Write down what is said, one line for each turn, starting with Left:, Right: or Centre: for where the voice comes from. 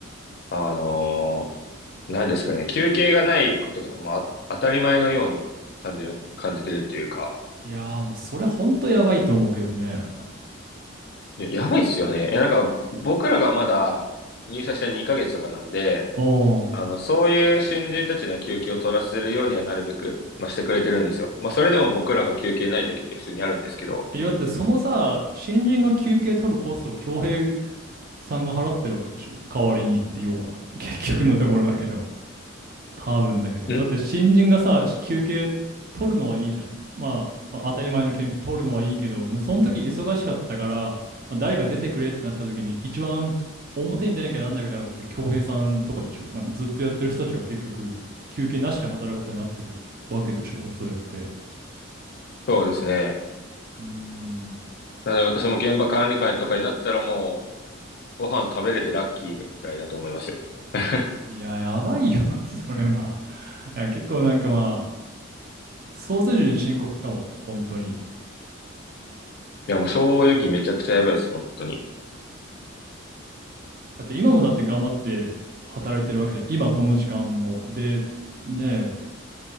Left: あのなんですかね、休憩がないこととかもあ当たり前のように感じる、感じてるっていうか、
Right: いやーもうそれ本当やばいと思うけどね。
Left: いや、やばいっすよね。いや、なんか僕らがまだ入社して2ヶ月とかなんで、
Right: お
Left: あの、
Right: ん
Left: そういう新人たちの休憩を取らせるようにはなるべく、まあ、してくれてるんですよ。まあ、それでも僕らが休憩ない時って普通にあるんですけど。
Right: え、だってそのさ、新人が休憩取るコストを恭平さんが払ってるわけでしょ。代わりにって要は。結局のところだけど。多分だけど。
Left: ん
Right: だって新人がさ、し休憩取るのはいいじゃん。まあ、あ当たり前の権利取るのはいいけど、でその時忙しかったから、まあ、誰か出てくれってなった時に、一番表に出なきゃなんなくなるのって恭平さんとかでしょ。なんかずっとやってる人たちが結局休憩なしで働くことになってるわけでしょ。それって。
Left: そうですね。
Right: うーん。
Left: なので私も現場管理官とかになったらもう、ご飯食べれてラッキーぐらいだと思いますよ。<laughs>
Right: いや、やばいよ、<laughs> それは。<laughs> いや結構なんかまあ、想像以上に深刻かも、本当に。
Left: いや、もう正直めちゃくちゃやばいです、本当に。
Right: だって今もだって頑張って働いてるわけじゃん。今この時間も。で、ねえ、